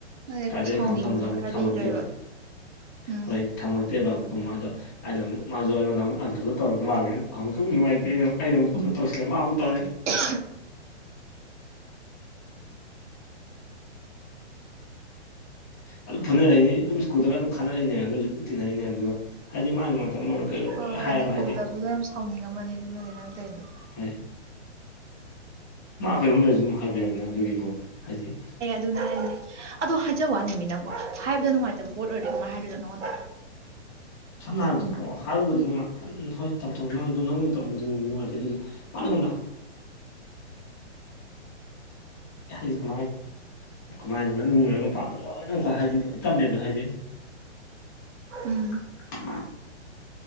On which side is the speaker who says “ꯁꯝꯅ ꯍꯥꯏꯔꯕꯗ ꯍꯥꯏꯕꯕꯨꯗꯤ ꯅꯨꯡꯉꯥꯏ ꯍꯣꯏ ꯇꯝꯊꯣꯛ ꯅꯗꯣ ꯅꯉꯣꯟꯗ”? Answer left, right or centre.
Left